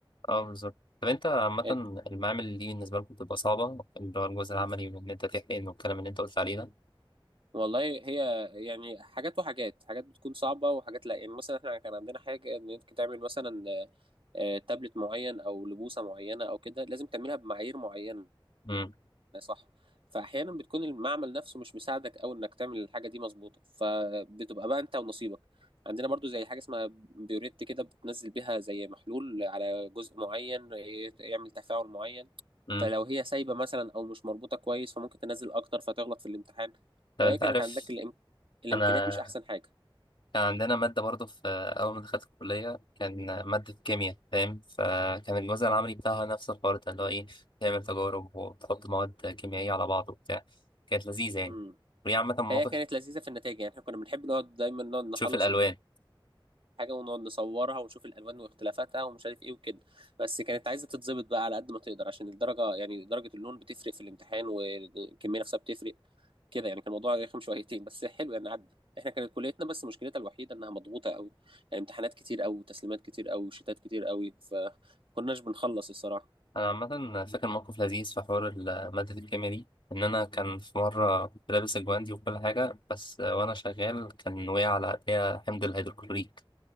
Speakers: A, on the left; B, on the right.
A: أه بالظبط طب أنت عامة
B: يعني
A: المعامل دي بالنسبة لكم بتبقى صعبة اللي هو الجزء العملي وإن أنت تحقن والكلام اللي أنت قلت عليه ده
B: والله هي يعني حاجات وحاجات حاجات بتكون صعبه وحاجات لا يعني مثلا احنا كان عندنا حاجه ان انت تعمل مثلا آه، آه، تابلت معين او لبوسه معينه او كده لازم تعملها بمعايير معينه
A: امم
B: صح فاحيانا بتكون المعمل نفسه مش مساعدك او انك تعمل الحاجه دي مظبوطه فبتبقى بقى انت ونصيبك عندنا برضو زي حاجه اسمها بيوريت كده بتنزل بيها زي محلول على جزء معين ي- يعمل تفاعل معين
A: امم
B: فلو هي سايبه مثلا او مش مربوطه كويس فممكن تنزل اكتر فتغلط في الامتحان
A: طب
B: فهي
A: أنت
B: كانت
A: عارف
B: عندك الإم... الامكانيات
A: أنا
B: مش احسن حاجه
A: كان عندنا مادة برضه في أول ما دخلت الكلية كان مادة كيمياء فاهم فكان الجزء العملي بتاعها نفس الحوار ده اللي هو إيه تعمل تجارب وتحط مواد كيميائية على بعض وبتاع كانت لذيذة يعني
B: امم
A: وهي عامة موقف
B: هي كانت لذيذه في النتائج يعني احنا كنا بنحب نقعد دايما نقعد نخلص
A: تشوف الألوان
B: حاجه ونقعد نصورها ونشوف الالوان واختلافاتها ومش عارف ايه وكده بس كانت عايزه تتظبط بقى على قد ما تقدر عشان الدرجه يعني درجه اللون بتفرق في الامتحان والكميه نفسها بتفرق كده يعني كان الموضوع رخم شويتين بس حلو يعني عدى احنا كانت كليتنا بس مشكلتها الوحيده انها مضغوطه قوي يعني امتحانات كتير قوي وتسليمات كتير قوي وشتات كتير قوي فكناش بنخلص الصراحه
A: أنا عامة فاكر موقف لذيذ في حوار ال- مادة الكيمياء دي إن أنا كان في مرة كنت لابس الجواندي وكل حاجة بس وأنا شغال كان وقع على إيديا حمض الهيدروكلوريك